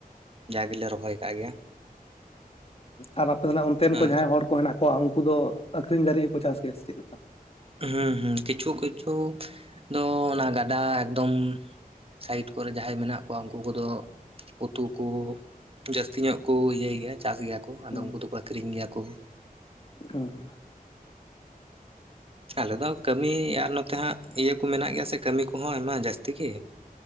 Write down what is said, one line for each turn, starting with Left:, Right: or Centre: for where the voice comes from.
Right: ᱡᱟᱜᱮᱞᱮ ᱨᱚᱦᱚᱭ ᱠᱟᱜ ᱜᱮᱭᱟ
Left: ᱟᱨ ᱟᱯᱮ ᱛᱟᱦᱚᱞᱮ ᱚᱱᱛᱮᱱ
Right: ᱟᱨ
Left: ᱠᱚ ᱡᱟᱦᱟᱸᱭ ᱦᱚᱲ ᱠᱚ ᱦᱮᱱᱟᱜ ᱠᱚᱣᱟ ᱩᱱᱠᱩ ᱫᱚ ᱟᱠᱷᱨᱤᱧ ᱫᱟᱨᱤᱤᱪ ᱦᱚᱸᱠᱚ ᱪᱟᱥ ᱜᱮᱭᱟ ᱪᱮᱫ ᱞᱮᱠᱟ?
Right: ᱦᱩᱸ ᱦᱩᱸ ᱠᱤᱪᱷᱩ ᱠᱤᱪᱷᱩ ᱫᱚ ᱚᱱᱟ ᱜᱟᱰᱟ ᱮᱠᱫᱚᱢ ᱥᱟᱭᱤᱰ ᱠᱚᱨᱮ ᱡᱟᱦᱟᱸᱭ ᱢᱮᱱᱟᱜ ᱠᱚᱣᱟ ᱩᱱᱠᱩ ᱠᱚᱫᱚ ᱩᱛᱩ ᱠᱚ ᱡᱟᱹᱥᱛᱤ ᱧᱚᱜ ᱠᱚ ᱤᱭᱟᱹᱭ ᱜᱮᱭᱟ ᱪᱟᱥ ᱜᱮᱭᱟ ᱠᱚ ᱟᱫᱚ
Left: ᱦᱩᱸ
Right: ᱩᱱᱠᱩ ᱫᱚᱠᱚ ᱟᱠᱷᱨᱤᱧ ᱜᱮᱭᱟ ᱠᱚ ᱾
Left: <unintelligible>
Right: ᱟᱞᱮ ᱫᱚ ᱠᱟᱹᱢᱤ ᱟᱨ ᱱᱚᱛᱮ ᱦᱟᱸᱜ ᱤᱭᱟᱹ ᱠᱚ ᱢᱮᱱᱟᱜ ᱜᱮᱭᱟ ᱥᱮ ᱠᱟᱹᱢᱤ ᱠᱚᱦᱚᱸ ᱟᱭᱢᱟ ᱡᱟᱹᱥᱛᱤ ᱜᱮ ᱾ <unintelligible>